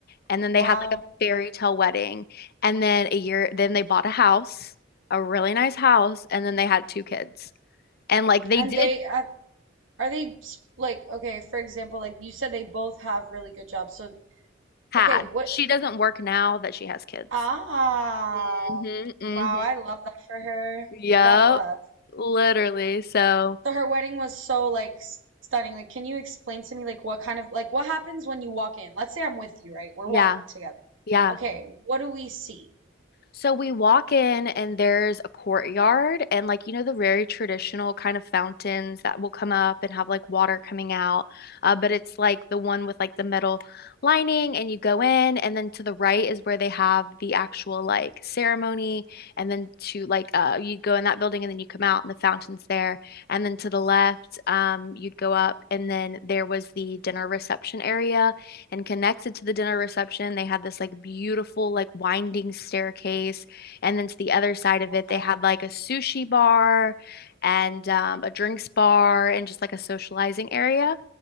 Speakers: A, on the left; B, on the right.
A: and then
B: Wow.
A: they had like a fairy tale wedding. And then a year, then they bought a house, a really nice house, and then they had two kids. And like they
B: And
A: did
B: they are, are they s- like okay, for example, like you said they both have really good jobs. So
A: had.
B: okay, what
A: She doesn't work now that she has kids.
B: ah
A: hmm hmm
B: wow, I love that for her.
A: Yep,
B: God bless.
A: literally. So,
B: So her wedding was so like s- stunning. Like can you explain to me like what kind of like what happens when you walk in? Let's say I'm with you, right? We're
A: yeah.
B: walking together.
A: Yeah.
B: Okay, what do we see?
A: So we walk in and there's a courtyard and like you know the very traditional kind of fountains that will come up and have like water coming out. Uh, but it's like the one with like the metal lining and you go in and then to the right is where they have the actual like ceremony and then to like uh you go in that building and then you come out and the fountain's there and then to the left um you go up and then there was the dinner reception area and connected to the dinner reception, they had this like beautiful, like winding staircase. And then to the other side of
B: Wow.
A: it, they had like a sushi bar and um, a drinks bar and just like a socializing area.